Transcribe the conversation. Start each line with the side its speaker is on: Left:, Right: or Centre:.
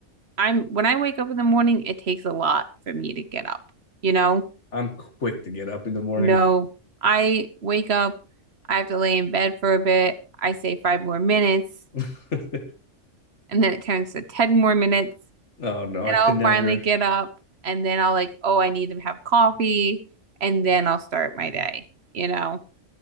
Right: I'm when I wake up in the morning, it takes a lot for me to get up, you know?
Left: I'm quick to get up in the morning.
Right: No, I wake up, I have to lay in bed for a bit. I say five more minutes,
Left: <laughs>
Right: and then it turns to 10 more minutes,
Left: oh no,
Right: and
Left: I
Right: I'll
Left: could never.
Right: finally get up, and then I'll like, oh, I need to have coffee, and then I'll start my day, you know?